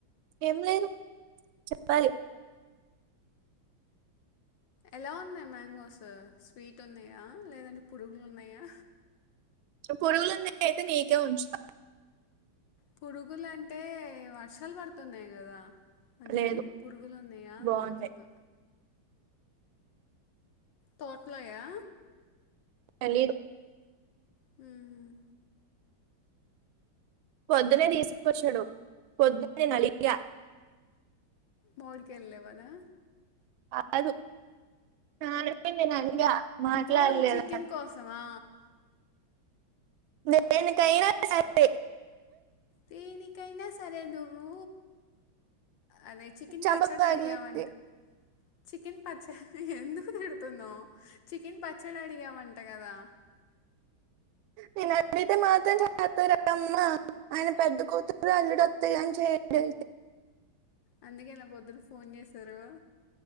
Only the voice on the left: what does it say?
ఎలా ఉన్నాయి మ్యాంగోస్ స్వీట్ ఉన్నాయా లేదంటే పురుగులు ఉన్నాయా
పురుగులాంటే వర్షాలు పడుతున్నాయి కదా అందుకని
పురుగులు ఉన్నాయా అని
అడుగుతున్నా తోట్లయా
హ్మ్
మోడికే వెళ్ళవానా
అవును చికెన్ కోసమా
దేనికైనా సరే నువ్వు అదే చికెన్
పచ్చడి
అడిగవంట చికెన్ పచ్చడి ఎందుకు తిడుతున్నాం చికెన్ పచ్చడి అడిగామంట కదా
అందుకేనా పొద్దున ఫోన్ చేశారూ